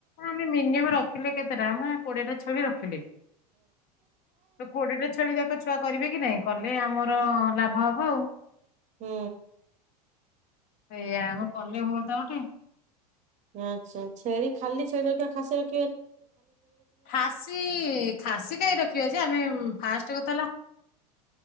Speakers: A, on the left (about 45°); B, on the right (about 35°).
A: ଆମେ ମିନିମମ୍ ଦେଖିଲେ କେତେ ଟାମ କୋଡଟା ଛେଳି ରଖିଲି ତ କୋଡଟା ଛେଳି ଯାକ ଛୁଆ କରିବେ କି ନାଇଁ କଲେ ଆମର ଲାଭ ହବ ଆଉ
B: ହୁଁ
A: ସେଇଆ କଲେ ହୁ ତ ଗୋଟେ
B: ଆଚ୍ଛା ଛେଳି ଖାଲି ଛେଳି ରଖିବା ଖାସି ରଖି
A: ଖାସିୀ ଖାସି କାହିଁ ରଖିବା ଯେ ଆମେ ଫାଷ୍ଟ କ ହେ